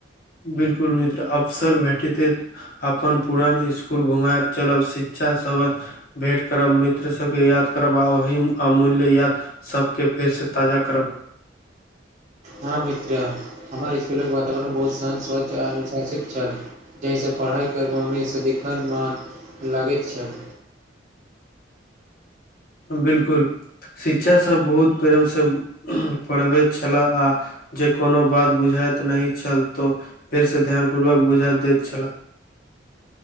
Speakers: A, on the left (about 50°); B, on the right (about 40°).
A: बिलकुल मित्र, अफसर भेटते। अपन पुरान स्कूल घुमएब चलब, शिक्षा सभक। भेट करब मित्र सभके, याद करब आ ओहि अमूल्य याद सभके फेरसँ ताजा करब
B: हँ मित्र, हमर स्कूलक वातावरण बहुत सुन्दर, स्वच्छ आ अनुशासित छल। जाहि सँ पढ़ाइ करब मे सदिखन मन लगैत छल।
A: बिलकुल, शिक्षक सभ बहुत प्रेम सँ पढ़बैत छलाह आ। जे कोनो बात बुझाइत नहि छल, तँ फेर सँ ध्यानपूर्वक बुझा दैत छलाह।